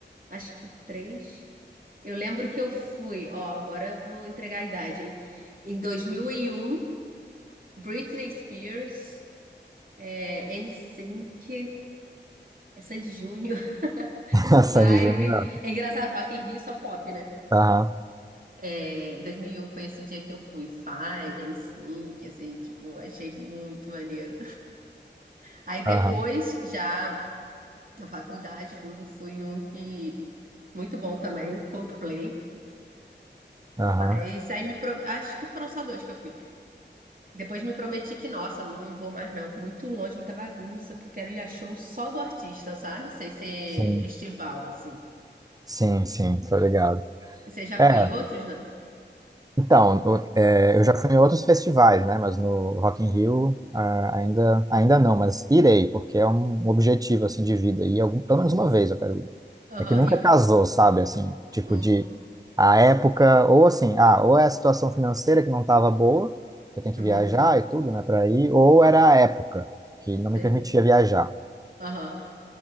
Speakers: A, on the right; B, on the right.
A: Acho que três. Eu lembro que eu fui, ó, agora eu vou entregar a idade, hein? Em 2001, Britney Spears, é, N Sync, é Sandy Júnior,
B: <laughs>
A: <laughs>
B: Sandy
A: Five.
B: Júnior,
A: É engraçado, Rock in Rio é só pop, né?
B: aham.
A: É, 2001 foi esse dia que eu fui Five, NSYNC, assim, tipo, achei muito maneiro. Aí depois,
B: Aham,
A: já na faculdade, tudo, fui um que muito bom também, Coldplay.
B: aham,
A: Mas aí me pro... acho que foram só dois que eu fui. Depois me prometi que, nossa, não vou mais não, muito longe, muita bagunça, porque quero ir a show só do artista, sabe? Sem ser
B: sim,
A: festival, assim.
B: sim, sim, tô ligado.
A: Você já
B: É,
A: foi em outros, não?
B: então, o- é, eu já fui em outros festivais, né, mas no Rock in Rio ah, ainda, ainda não, mas irei, porque é um objetivo, assim, de vida, e algum, pelo menos uma vez eu quero ir.
A: Aham,
B: É que nunca
A: e
B: casou, sabe, assim, tipo
A: um.
B: de, a época, ou assim, ah, ou é a situação financeira que não tava boa, eu tenho que
A: Uhum.
B: viajar e tudo, né, para ir, ou era a época que não me
A: Sei.
B: permitia viajar.
A: Aham.